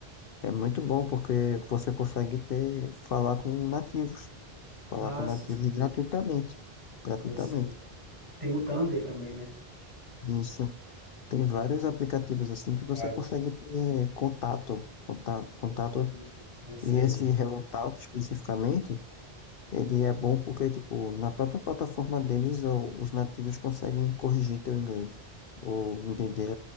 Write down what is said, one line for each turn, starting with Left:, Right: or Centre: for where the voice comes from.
Left: é muito bom porque você consegue ter, falar com nativos, falar
Right: Ah,
Left: com nativos
Right: sim,
Left: gratuitamente, gratuitamente.
Right: eu sei. Tem o Thunder também, né?
Left: Isso. Tem vários aplicativos assim que você
Right: Vários.
Left: consegue ter contato, contato, contato.
Right: Sim, eu sei.
Left: E esse Hello Talk especificamente, ele é bom porque, tipo, na própria plataforma deles, o- os nativos conseguem corrigir teu inglês ou entender,